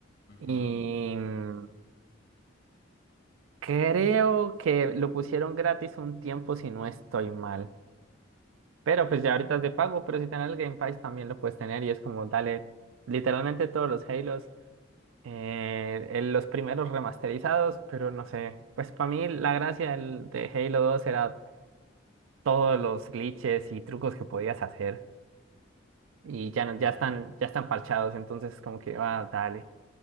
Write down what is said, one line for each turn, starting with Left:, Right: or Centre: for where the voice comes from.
Left: Ujú.
Right: Y mm, creo que lo pusieron gratis un tiempo, si no estoy mal. Pero pues ya
Left: Mm,
Right: ahorita es de pago, pero si tenés el Game Pass también lo puedes tener. Y es como, dale, literalmente todos los Halos. eh, el- los primeros remasterizados, pero no sé. Pues para mí la gracia del, de Halo 2 era todos los glitches y trucos que podías hacer y ya, no-
Left: claro.
Right: ya están, ya están parchados, entonces como que, ah, dale,